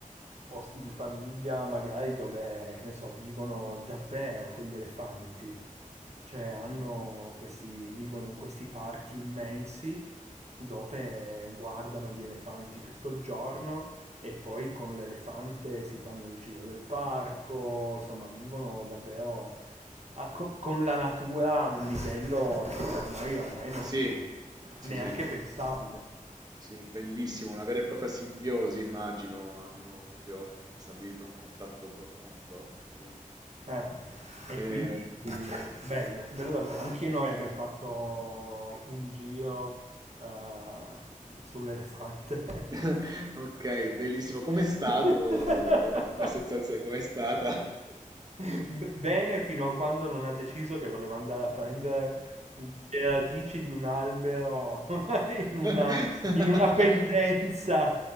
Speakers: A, on the right; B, on the right.
A: posti di famiglia magari dove, che ne so, vivono davvero con gli elefanti, cioè hanno
B: Mm.
A: questi, vivono in questi parchi immensi dove guardano gli elefanti tutto il giorno e poi con l'elefante si fanno il giro del parco, insomma, vivono davvero ah, con, con la natura a un livello che per noi ormai non
B: sì
A: è più
B: sì
A: neanche
B: sì
A: pensabile.
B: Sì, bellissimo, una vera e propria simbiosi, immagino, hanno proprio stabilito un contatto profondo, sì.
A: Eh, E
B: Eh,
A: quindi bello, bello davvero.
B: mm,
A: Anche noi
B: sì.
A: abbiamo fatto un giro eh, sull'elefante.
B: <laughs> Ok, bellissimo.
A: <laughs>
B: Com'è stato eh, la sensazione? Com'è stata?
A: B- Bene fino a quando non ha deciso che voleva andare a prendere le radici di un albero <laughs> in una,
B: <laughs>
A: in una pendenza.